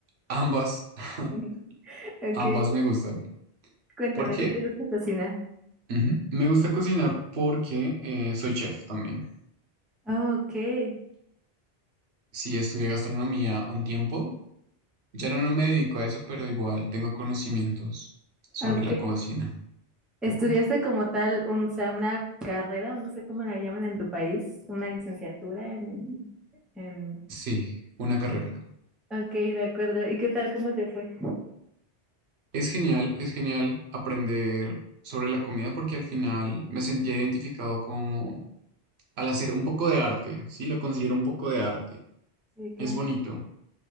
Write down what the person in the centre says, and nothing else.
<laughs> Ok,
cuéntame,
¿qué te gusta cocinar?
Oh, ok, Eh,
ok.
¿Estudiaste
como tal un, o sea, una carrera o no sé cómo la llaman en tu país? ¿Una licenciatura en, en...
Ok, de acuerdo. ¿Y qué tal? ¿Cómo te fue?
Sí, claro.